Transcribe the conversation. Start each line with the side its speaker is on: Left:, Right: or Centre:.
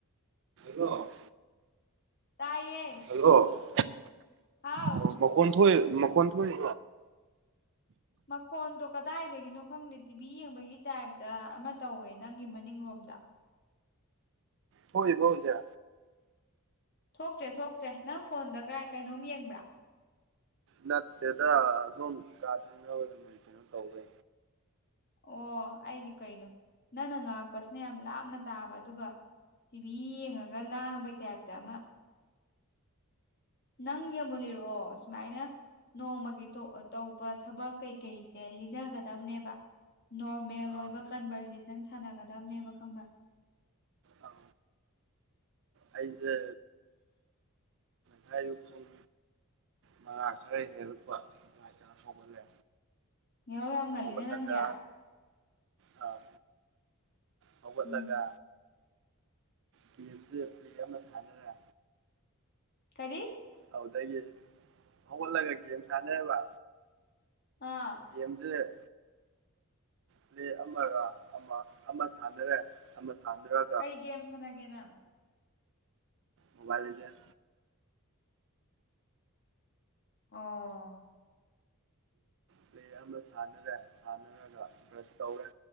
Right: ꯍꯗꯣ
Left: ꯇꯥꯏꯌꯦ
Right: <unintelligible>
Left: ꯍꯥꯎ
Right: ꯑꯣ ꯃꯈꯣꯟ ꯊꯣꯛꯏ ꯃꯈꯣꯟ ꯊꯣꯛꯏ
Left: ꯃꯈꯣꯟꯗꯣ ꯀꯗꯥꯏꯗꯒꯤꯅꯣ ꯈꯪꯗꯦ ꯇꯤꯚꯤ ꯌꯦꯡꯕꯒꯤ ꯇꯥꯏꯞꯇ ꯑꯃ ꯇꯧꯋꯦ ꯅꯪꯒꯤ ꯃꯅꯤꯡꯂꯣꯝꯗ
Right: ꯊꯣꯛꯏꯕꯣ ꯍꯧꯖꯤꯛ
Left: ꯊꯣꯛꯇ꯭ꯔꯦ ꯊꯣꯛꯇ꯭ꯔꯦ ꯅꯪ ꯐꯣꯟꯗ ꯀꯔꯥꯏ ꯀꯩꯅꯣꯝ ꯌꯦꯡꯕ꯭ꯔꯥ
Right: ꯅꯠꯇꯦꯗ ꯑꯗꯨꯝ <unintelligible> ꯇꯧꯒ
Left: ꯑꯣ ꯑꯩꯗꯤ ꯀꯩꯅꯣ ꯅꯪꯅ ꯉꯥꯡꯉꯛꯄꯁꯤꯅ ꯌꯥꯝ ꯂꯥꯞꯅ ꯇꯥꯕ ꯑꯗꯨꯒ ꯇꯤꯚꯤ ꯌꯦꯡꯉꯒ ꯂꯥꯡꯕꯩ ꯇꯥꯏꯞꯇ ꯑꯃ ꯅꯪꯒꯤ ꯃꯨꯂꯤꯔꯛꯑꯣ ꯁꯨꯃꯥꯏꯅ ꯅꯣꯡꯃꯒꯤ ꯇꯧꯕ ꯊꯕꯛ ꯀꯩꯀꯩꯁꯦ ꯂꯤꯅꯒꯗꯕꯅꯦꯕ ꯅꯣꯔꯃꯦꯜ
Right: ꯑꯥ
Left: ꯑꯣꯏꯕ ꯀꯟꯚꯔꯖꯦꯁꯟ ꯁꯥꯟꯅꯒꯗꯕꯅꯦꯕ ꯈꯪꯕ꯭ꯔꯥ
Right: ꯑꯥ ꯑꯩꯖꯦ ꯉꯌꯨꯛ ꯄꯨꯡ ꯃꯉꯥ ꯈꯔ ꯍꯦꯜꯂꯛꯄ ꯑꯗꯥꯏꯗ ꯍꯧꯒꯠꯂꯦ
Left: ꯌꯥꯍꯧ ꯌꯥꯝ ꯉꯜꯂꯤꯅ
Right: ꯍꯧꯒꯠꯂꯒ
Left: ꯅꯪꯗꯤ
Right: ꯑꯥ ꯍꯧꯒꯠꯂꯒ
Left: ꯎꯝ
Right: ꯒꯦꯝꯁꯦ ꯄ꯭ꯂꯦ ꯑꯃ ꯁꯥꯟꯅꯔꯦ
Left: ꯀꯔꯤ
Right: ꯑꯗꯨꯗꯒꯤ ꯍꯧꯒꯠꯂꯒ ꯒꯦꯝ ꯁꯥꯟꯅꯩꯕ
Left: ꯑꯥ
Right: ꯒꯦꯝꯖꯦ ꯄ꯭ꯂꯦ ꯑꯃꯒ ꯑꯃ ꯑꯃ ꯁꯥꯟꯅꯔꯦ ꯑꯃ ꯁꯥꯟꯅꯔ
Left: ꯀꯩ ꯒꯦꯝ ꯁꯥꯟꯅꯒꯦꯅ
Right: ꯃꯣꯕꯥꯏꯜ ꯂꯤꯖꯦꯟ
Left: ꯑꯣ
Right: ꯄ꯭ꯂꯦ ꯑꯃ ꯁꯥꯟꯅꯔꯦ ꯁꯥꯟꯅꯔꯒ ꯕ꯭ꯔꯁ ꯇꯧꯔꯦ